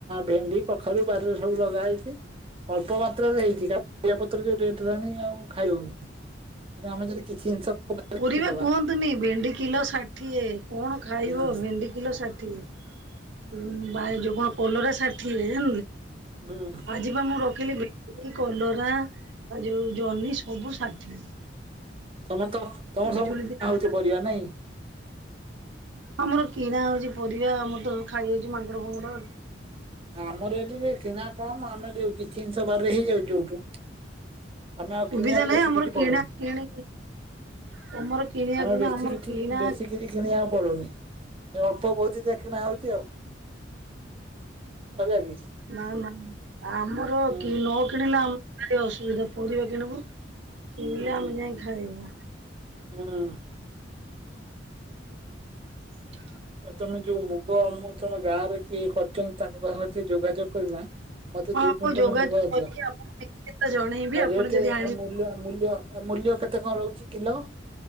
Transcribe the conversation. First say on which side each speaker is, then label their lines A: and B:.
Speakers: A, on the right (about 30°); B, on the right (about 70°).
A: ଭେଣ୍ଡି କଖାରୁ ବାରିରେ ସବୁ ଲଗା ହେଇଛି ଅଳ୍ପ ମାତ୍ରାରେ ହେଇଛି କାରଣିଆ ପତ୍ର ଯୋଉ ରେଟ ହେଲାଣି ଆଉ ଖାଇ ହଉନି ଆମର ଯଦି କିଛି ଜିନିଷ କରିଦବା
B: ପରିବା କୁହନ୍ତୁନି ଭେଣ୍ଡି କିଲୋ ଷାଠିଏ କଣ ଖାଇବ
A: ହୁଁ
B: ଭେଣ୍ଡି କିଲୋ ଷାଠିଏ ଉଁ ଭାଇ ଯୋଉ କଣ କଲର ଷାଠୀ ଏ
A: ହୁଁ
B: ଆଜି ପାଇଁ ମୁଁ ରଖିଲି ଭେଣ୍ଡି କଲରା ଯୋଉ ଜହ୍ନି ସବୁ ଷାଠିଏ
A: ତମେ ତ ତମର
B: ପିଜୁଳି
A: ସବୁ ଗା
B: ଦିନ
A: ହଉଛି ପରିବା ନାଇଁ
B: ଆମର କିଣା ହଉଛି ପରିବା ଆମର ତ ଖାଇଯାଉଛି ମାଙ୍ଗଡ଼ ଫାଙ୍ଗଡ ଆଉ
A: ଆମର ଏଠରେ କିଣା କମ ଆମେ ଯଉ କିଛି ଜିନିଷ ବାରରେ ହେଇଯାଉଛି ଯୋଉଠୁ ଆମେ ଆଉ
B: ସୁବିଧା
A: କିଣିବାକୁ
B: ନାହିଁ
A: ବେଶୀ
B: ଆମର
A: କିଛି ପଡୁନି
B: କିଣା କିଣି ତମର କିଣିବାକୁ
A: ଆମର ବେଶୀ
B: ନା
A: କିଛି
B: କିଣା
A: ବେଶୀ କିଛି କିଣିବାକୁ ପଡୁନି ଏ ଅଳ୍ପ ବହୁତ ଯାହା କିଣା ହଉଛି ଆଉ ହେଲା କି।
B: ନା ନା ଆମର
A: ହୁଁ
B: କି ନ କିଣିଲେ ଆମ ଅସୁବିଧା ପରିବା କିଣିବୁ କିଣିଲେ
A: ହୁଁ
B: ଆମେ ଯାଇ ଖାଇବୁ
A: <unintelligible>
B: <unintelligible>
A: ଆ ତମେ ଯୋଉ ମୁଗ ମୁଁ ତମ ଗାଁ ରେ କିଏ କରିଛନ୍ତି ତାଙ୍କ ସହ ଟିକେ ଯୋଗାଯୋଗ କରିନା ମତେ
B: ହଁ
A: ଦୁଇ
B: ମୁଁ
A: କୁଇଣ୍ଟାଲ
B: ଯୋଗାଯୋଗ
A: ମୁଗଇ
B: କରିକି
A: ଦିଅ ଆ
B: ଆପଣଙ୍କୁ ଜଣେଇବି ଆପଣ
A: ରେଟରେ
B: ଯଦି ଆଣିବେ
A: ମୂଲ୍ୟ ମୂଲ୍ୟ ଆଉ ମୂଲ୍ୟ କେତେ କଣ ରହୁଛି କିଲୋ